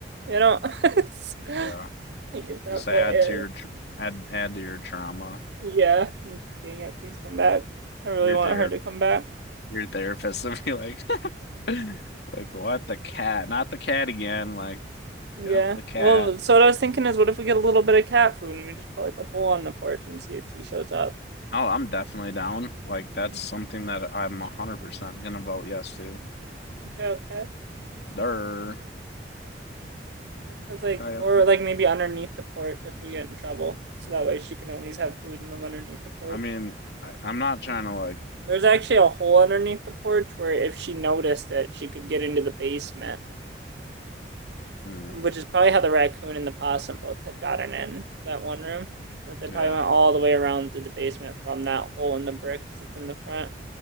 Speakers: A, on the right; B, on the left.
A: You know, <laughs> It's-
B: Yeah.
A: I get that,
B: Just
A: but
B: add
A: uh,
B: to your tr add add to your trauma.
A: yeah, dang it, please come back. I really
B: Your
A: want
B: ther
A: her to come back.
B: your therapist would be like, <laughs> like what the cat? Not the cat again. Like,
A: Yeah.
B: yep, the cat.
A: Well, so what I was thinking is, what if we get a little bit of cat food and we just put like a bowl on the porch and see if she shows up?
B: Oh, I'm definitely down. Like that's
A: Mhm.
B: something that I'm 100% gonna vote yes to.
A: Okay, okay.
B: There.
A: Because like,
B: Okay, okay.
A: or like maybe underneath the porch if we get in trouble, so that way she can at least have food and live underneath the porch.
B: I mean, I, I'm not trying to like,
A: There's actually a hole underneath the porch where if she noticed it, she could get into the basement,
B: mm,
A: which is probably how the raccoon and the possum both had gotten in to that one room. That they probably
B: yeah.
A: went all the way around through the basement from that hole in the bricks that's in the front.